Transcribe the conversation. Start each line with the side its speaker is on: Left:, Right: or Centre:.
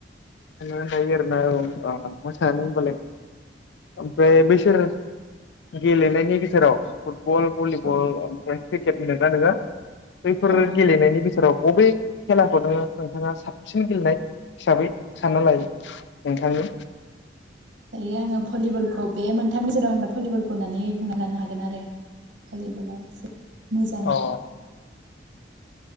Left: हायो आरोना औ मोसानो होनबालाय। ओ बैसोर गेलेनायनि गेजेराव फुटबल भलिबल
Right: औ
Left: ओमफ्राय <unintelligible> गेलेग्रा नोङो। बैफोर
Right: औ
Left: गेलेनायनि बिसोराव। अबे खेलाखौ नोङो नोंथाङा साबसिन गेलेनाय हिसाबै सानना लायो नोंथांनि
Right: दायो आङो भलिबलखौ बे मोनथामनि जेराव होनबा भलिबलखौ होननानै बुंना लानो हागोन। गोन आरो भलिबलाव एसे मोजां।
Left: अ